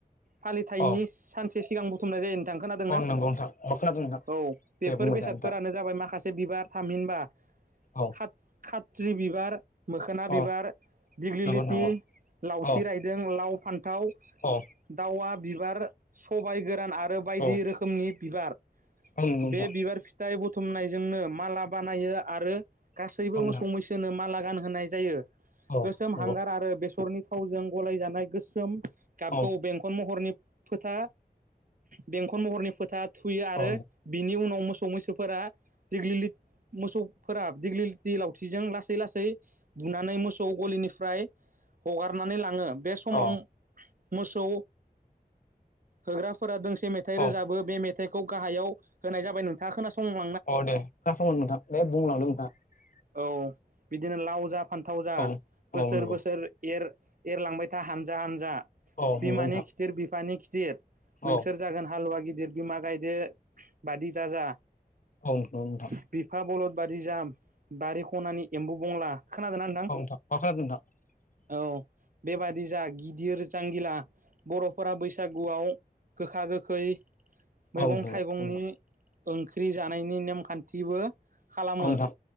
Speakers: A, on the right; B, on the left.
A: फालिथायनि
B: औ
A: सानसे सिगां बुथुमनाय जायो। खोनादोंना
B: औ नंगौ नोंथां अ खोनादों नोंथां
A: औ बेफोर
B: दे बुंबाय
A: बेसादफोरानो
B: था नोंथां
A: जाबाय माखासे बिबार थामहिनबा
B: औ
A: खात खात्रि बिबार मोखोना बिबार
B: औ
A: दिग्लिलिथि
B: नंगौ नोंथां
A: लावथि
B: औ औ
A: रायदों लाव फान्थाव
B: औ
A: दावा बिबार सबाय गोरान दान आरो बायदि
B: औ औ
A: रोखोमनि बिबार
B: नंगौ नोंथां
A: बे बिबार फिथाइ बुथुमनाय जोंनो माला बानायो आरो गासैबो
B: औ नोंथां
A: मोसौ मैसोनो माला गानहोनाय जायो।
B: औ
A: गोसोम
B: नंगौ
A: हांगार आरो बेसरनि थावजों गलायजानाय गोसोम गाबखौ
B: औ
A: बेंखन महरनि फोथा बेंखन महरनि फोथा थुयो आरो
B: औ
A: बिनि उनाव मोसौ मैसोफोरा देग्लि मोसौ फोराब दिग्लि दि लावथिजों लासै लासै बुनानै मोसौ गलिनि फ्रा हगारनानै लाङो बे समाव
B: औ
A: मोसौ होग्राफोरा दोंसे मेथाइ रोजाबो
B: औ
A: बे मेथाइ फिथाइखौ गाहायाव होनायाबाय नोंथाङा खोनासं
B: अ दे खोनासाव नोंथां दे बुंलांदो नोंथाङा
A: औ बिदिनो लाव जा फान्थाव जा
B: औ
A: बोसोर
B: औ नंगौ
A: बोसोर एर एरलांबाय था हानजा हानजा
B: औ
A: बिमानि
B: नंगौ नोंथां
A: खिदिर बिफानि खिदिर नोंसोर
B: औ
A: जागोन हालुवा गिदिर बिमा गायदे बादि दाजा
B: औ औ नोंथां
A: बिफा बलद बादि जाम बारि खनानि एम्बु बंला खोनादोंना
B: <unintelligible>
A: नोंथां औ बेबादि जा गिदिर जांगिला बर'फोरा बैसागुआव गोखा गोखै मैगं
B: औ नंगौ
A: थाइगंनि
B: औ
A: ओंख्रि जानायनि नेमखान्थिबो खालामो
B: नोंथां